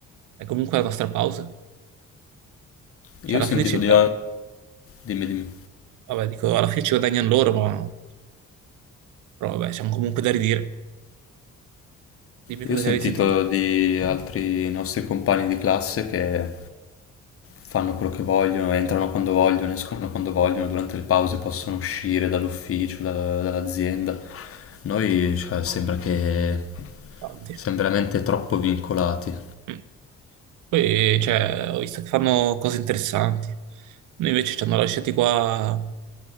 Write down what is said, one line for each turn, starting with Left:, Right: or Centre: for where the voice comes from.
Right: è comunque la nostra pausa. Cioè,
Left: Io ho
Right: alla
Left: sentito
Right: fine ci,
Left: di...
Right: eh,
Left: Dimmi, dimmi.
Right: vabbè, dico, alla fine ci guadagnano loro, ma però vabbè, siamo comunque da ridire. Dimmi cosa
Left: Io ho sentito
Right: che avevi sentito.
Left: di altri nostri compagni di classe che fanno quello che vogliono, entrano quando vogliono, escono quando vogliono, durante le pause possono uscire dall'ufficio, da- dall'azienda. Noi, cioè, sembra che
Right: Infatti.
Left: siamo veramente troppo vincolati.
Right: Mm. Poi, cioè, ho visto che fanno cose interessanti. Noi invece ci hanno lasciati qua,